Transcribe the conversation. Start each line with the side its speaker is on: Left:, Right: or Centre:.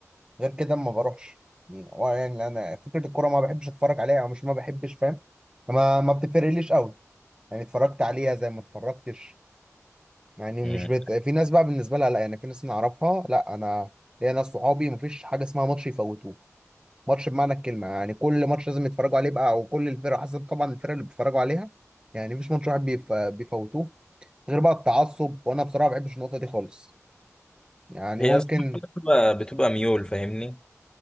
Right: غير كده ما بروحش يعني هو يعني أنا فكرة الكورة ما بحبش أتفرج عليها أو مش ما بحبش فاهم ما ما بتفرقليش قوي يعني اتفرجت عليها زي ما اتفرجتش يعني
Left: مم.
Right: مش بت... في ناس بقى بالنسبه لها لا يعني في ناس نعرفها لا انا ليا ناس صحابي مفيش حاجه اسمها ماتش يفوتوه ماتش بمعنى الكلمه يعني كل ماتش لازم يتفرجوا عليه بقى او كل الفرق حسب طبعا الفرق اللي بيتفرجوا عليها يعني مفيش ماتش واحد بيف... بيفوتوه غير بقى التعصب وانا بصراحه ما بحبش النقطه دي خالص يعني
Left: هي
Right: ممكن
Left: اصلا بتبقى بتبقى ميول فاهمني